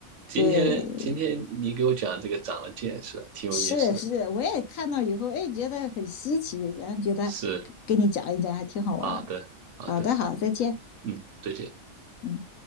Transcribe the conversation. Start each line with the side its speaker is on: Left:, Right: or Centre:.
Right: 今天今天你给我讲这个长了见识了，
Left: 对，
Right: 挺有意思的。
Left: 是是，我也看到以后，哎，觉得很稀奇，然后觉得
Right: 是，
Left: 跟你讲一讲还挺好玩儿。
Right: 好的，好的，
Left: 好的，好，再见，
Right: 嗯，再见。
Left: 嗯。